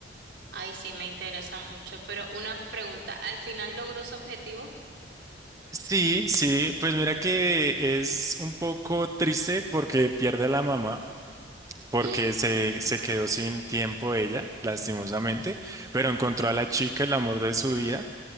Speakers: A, on the right (about 75°); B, on the right (about 20°).
A: Ay, sí, me interesa mucho, pero una pregunta, ¿al final logró su objetivo?
B: Sí, sí, pues mira que es un poco triste porque pierde a la mamá. porque
A: <gasps>
B: se, se
A: Ah.
B: quedó sin tiempo ella, lastimosamente, pero encontró a la chica, el amor de su vida.